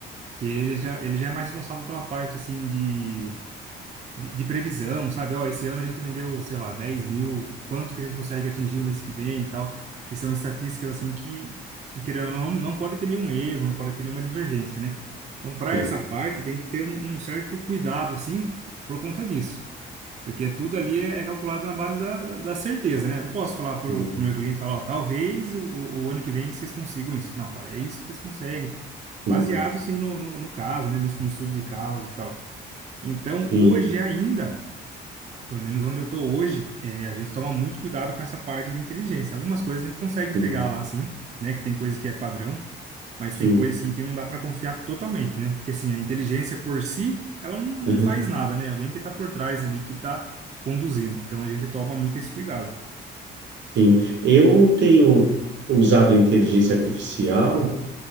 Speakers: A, on the right; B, on the right.
A: que ele já, ele já é mais responsável pela parte assim de de, de previsão, sabe? Ó, esse ano a gente vendeu, sei lá, 10 mil, quanto que a gente consegue atingir o mês que vem e tal, que são estatísticas assim que, que querendo ou não, não pode ter nenhum erro, não pode ter nenhuma divergência, né? Então, para
B: Sim,
A: essa parte, tem que ter um, um certo cuidado, assim, por conta disso. Porque tudo ali é, é calculado na base da, da, da certeza, né? Eu Não posso falar pro,
B: sim,
A: pro meu cliente, falar, ó, talvez o, o o ano que vem vocês consigam isso. Não, fala, é isso que vocês conseguem
B: sim,
A: baseado sim no, no, no caso, né, no, estu- no estudo de caso e tal. Então,
B: sim,
A: hoje ainda pelo menos onde eu tô hoje, é, a gente toma muito cuidado com essa parte de inteligência. Algumas coisas a gente consegue pegar
B: sim,
A: lá, sim, né? Que tem coisa que é padrão, mas tem
B: sim.
A: coisa, assim, que não dá para confiar totalmente, né? Porque, assim, a inteligência por si, ela não, não
B: Aham,
A: faz nada, né? Alguém que tá por trás ali, que tá conduzindo. Então, a gente toma muito esse cuidado.
B: sim. Eu tenho usado a inteligência artificial